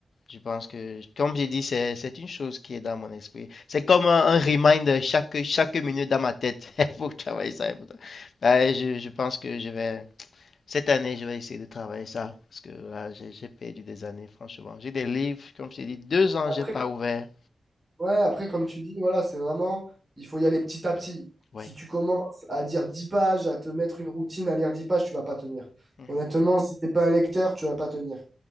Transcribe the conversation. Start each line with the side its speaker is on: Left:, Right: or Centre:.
Left: Je pense que, comme j'ai dit, c'est, c'est une chose qui est dans mon esprit. C'est comme un, un reminder chaque, chaque minute dans ma tête. <laughs> Il faut travailler ça. il faut tra- Ben, je, je pense que je vais... Cette année, je vais essayer de travailler ça, parce que là, j'ai j'ai perdu des années, franchement. J'ai des livres, comme je t'ai dit, deux ans,
Right: Après,
Left: j'ai pas ouvert.
Right: ouais, après, comme tu dis, voilà, c'est vraiment, il faut y aller petit à petit.
Left: Ouais.
Right: Si tu commences à dire 10 pages, à te mettre une routine, à lire 10 pages, tu vas pas tenir.
Left: Mhm.
Right: Honnêtement, si t'es pas un lecteur, tu vas pas tenir.